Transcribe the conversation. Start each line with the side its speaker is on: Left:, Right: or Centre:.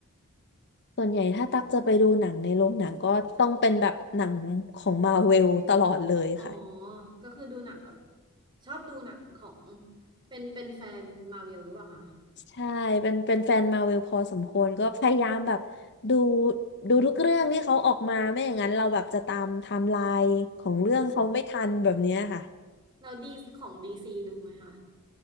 Left: ส่วนใหญ่ถ้าตักจะไปดูหนังในโรงหนังก็ต้องเป็นแบบหนังของมาเวลตลอดเลยค่ะ
Right: อ๋อ ก็คือดูหนังแบบชอบดูหนังของเป็นเป็นแฟนมาเวลหรือเปล่าคะ
Left: ใช่ เป็นเป็นแฟนมาเวลพอสมควรก็พยายามแบบดูดูทุกเรื่องที่เขาออกมาไม่อย่างนั้นเราแบบจะตามไทม์ไลน์ของเรื่องเขาไม่ทันแบบเนี้ยค่ะ
Right: อ๋อเราดีของดีซีดูไหมคะ